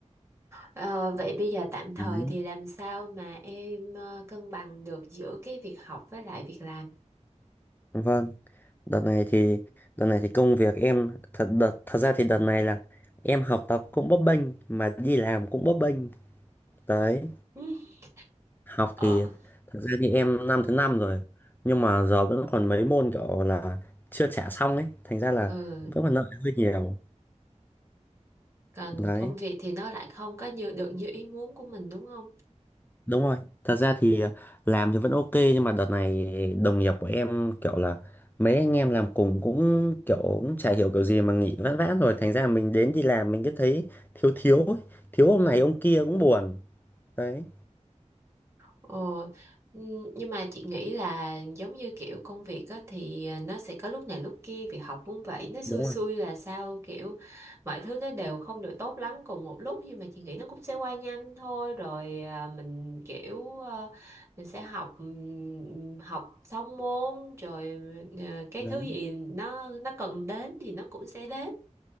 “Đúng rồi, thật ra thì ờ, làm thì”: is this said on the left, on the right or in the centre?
Left